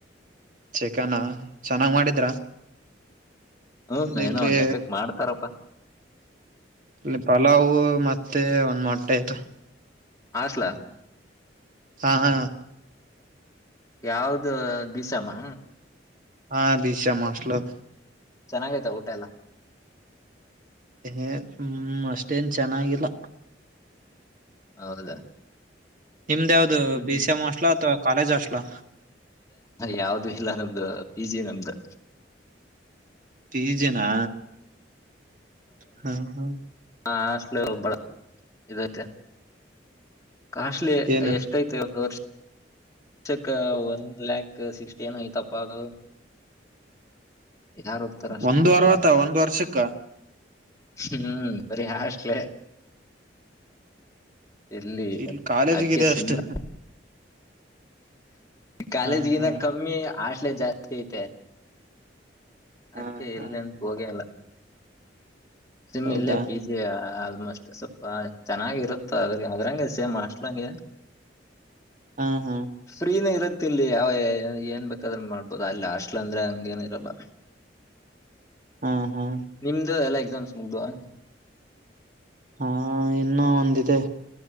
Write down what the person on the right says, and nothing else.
ಚಿಕನಾ ಚೆನ್ನಾಗ್ ಮಾಡಿದ್ರ
ಇಲ್ಲಿ
ಇಲ್ಲಿ ಪಲವು್ ಮತ್ತೆ ಒಂದ್ ಮೊಟ್ಟೆ ಆಯ್ತು
ಹಾ ಹ
ಹಾ ಬಿ ಎಂ ಮಸ್ಲ
ಹ ಹ್ಮ್ ಅಷ್ಟೇನ್ ಚೆನ್ನಾಗಿಲ್ಲ
ನಿಮ್ದ ಯಾವ್ದು
ಬಿಸಿ
ಮಸ್ಲಾ ಅಥವಾ ಕಾಲೇಜ್ ಹಾಸ್ಟ್ಲಾ
ಬೀ ಜನಾ ಹ ಹ
ಏನು
ಒಂದ್
ವಾರ ಆತ ಒಂದ್ ವರ್ಷಕ್ಕ
ಇಲ್ಲಿ ಕಾಲೇಜಿಗಿದೆ
ಅಷ್ಟೇ
ಹಾ ಹಾ
ಹಾ
ಹಾ
ಹೌದಾ
ಹಾ ಹಾ
ಹಾ ಹಾ
ಹಾ ಇನ್ನು ಒಂದಿದೆ